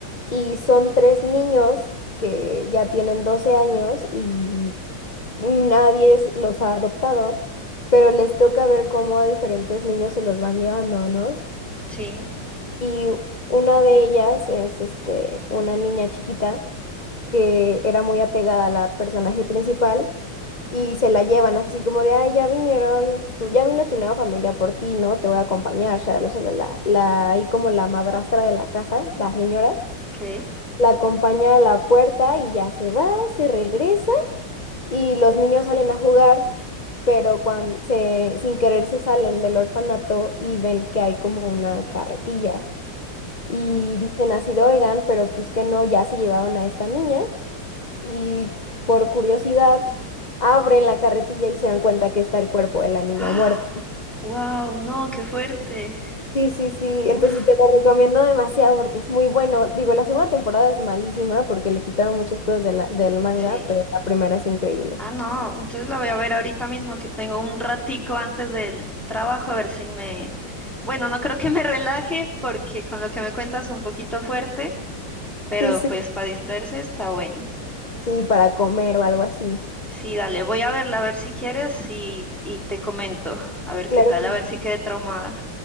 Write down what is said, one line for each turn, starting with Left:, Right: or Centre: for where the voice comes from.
Left: Y son tres niños que ya tienen 12 años y nadie es- los ha adoptado, pero les toca ver cómo a diferentes niños se los van llevando, ¿no?
Centre: sí,
Left: Y una de ellas es este, una niña chiquita que era muy apegada a la personaje principal y se la llevan así como de, ay, ya vinieron, tú, ya vino tu nueva familia por ti, ¿no? Te voy a acompañar, shalala, shalala". la, ahí como la madrastra de la casa, la señora,
Centre: ok.
Left: la acompaña a la puerta y ya se va, se regresa y los niños salen a jugar, pero cuando se, sin querer se salen del orfanato y ven que hay como una carretilla. Y
Centre: Mm.
Left: dicen así de, oigan, pero pues que no, ya se llevaron a esta niña y por curiosidad abren la carretilla y se dan cuenta que está el cuerpo de la niña
Centre: ¡Ah!
Left: muerta.
Centre: ¡Wow! No, qué fuerte.
Left: Sí, sí, sí,
Centre: Uf,
Left: entonces te lo recomiendo demasiado porque es muy bueno. Digo, la segunda temporada es malísima porque le quitaron muchas cosas de la- del manga,
Centre: sí.
Left: pero la primera es increíble.
Centre: Ah, no, entonces la voy a ver ahorita mismo que tengo un ratico antes del trabajo a ver si me... Bueno, no creo que me relaje porque con lo que me cuentas un poquito fuerte, pero
Left: Sí, sí.
Centre: pues para distraerse está bueno.
Left: Sí, para comer o algo así.
Centre: Sí, dale, voy a verla, a ver si quieres y, y te comento, a ver qué
Left: Claro
Centre: tal,
Left: que
Centre: a
Left: sí.
Centre: ver si quedé traumada.